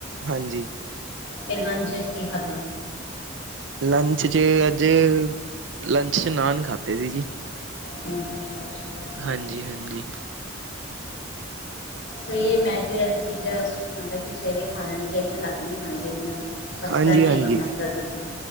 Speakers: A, on the right; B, on the left.
A: ਹਾਂਜੀ।
B: ਤੇ ਲੰਚ ਚ ਕੀ ਖਾਧਾ?
A: ਲੰਚ 'ਚ ਅੱਜ, ਲੰਚ 'ਚ ਨਾਨ ਖਾਦੇ ਸੀ ਜੀ।
B: ਅੱਛਾ ਅੱਛਾ ਬਸ ਹੋ
A: ਹਾਂਜੀ
B: ਗਿਆ।
A: ਹਾਂਜੀ।
B: ਸਹੀਏ ਮੈਦੇ ਵਾਲੀ ਚੀਜ਼ਾਂ ਮਲਬ ਕਿ ਸਵੇਰੇ ਖਾ ਲੈਣੀ ਚਾਹੀਦੀਆਂ ਰਾਤੀ ਨੀ ਖਾਣੀ ਚਾਹੀਦੀਆਂ ਪਚਦਾ
A: ਹਾਂਜੀ
B: ਨੀ
A: ਹਾਂਜੀ
B: ਹੈਗਾ ਮੈਂਦ ਜਲਦੀ।